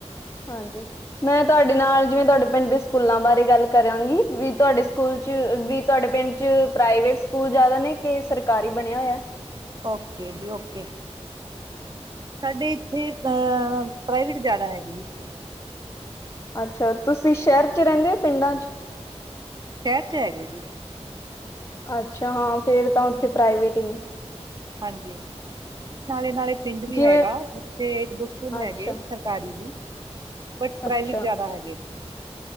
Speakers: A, on the left; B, on the right.
A: ਹਾਂਜੀ। ਮੈਂ ਤੁਆਡੇ ਨਾਲ ਜਿਵੇਂ ਤੁਆਡੇ ਪਿੰਡ ਦੇ ਸਕੂਲਾਂ ਬਾਰੇ ਗੱਲ ਕਰਾਂਗੀ, ਵੀ ਤੁਆਡੇ ਸਕੂਲ ਚ ਵੀ ਤੁਆਡੇ ਪਿੰਡ ਚ ਪ੍ਰਾਈਵੇਟ ਸਕੂਲ ਜਾਦਾ ਨੇ ਕੇ ਸਰਕਾਰੀ ਬਣੇਆ ਹੋਏਆ?
B: ਓਕੇ ਜੀ ਓਕੇ। ਸਾਡੇ ਏਥੇ ਅ ਪ੍ਰਾਈਵੇਟ ਜਾਦਾ ਹੈਗੇ ਜੀ ਸਕੂਲ।
A: ਅੱਛਾ ਤੁਸੀ ਸੈ਼ਰ ਚ ਰੈਂਦੇ ਓ ਪਿੰਡਾਂ ਚ?
B: ਸੈ਼ਰ ਚ ਹੈਗੇ ਜੇ।
A: ਅੱਛਾ ਹਾਂ, ਫੇਰ ਤਾਂ ਓਥੇ ਪ੍ਰਾਈਵੇਟ ਈ ਨੇ।
B: ਹਾਂਜੀ, ਨਾਲੇ਼-ਨਾਲੇ਼ ਪਿੰਡ ਵੀ
A: ਜਿਵੇਂ
B: ਹੈਗਾ ਓਥੇ ਇੱਕ ਦੋ ਸਕੂਲ
A: ਅੱਛਾ
B: ਹੈਗੇ ਸਰ ਸਰਕਾਰੀ ਵੀ, ਬੱਟ ਪ੍ਰਾਈਵਟ
A: ਅੱਛਾ
B: ਜਾਦਾ ਹੈਗੇ ਏਥੇ।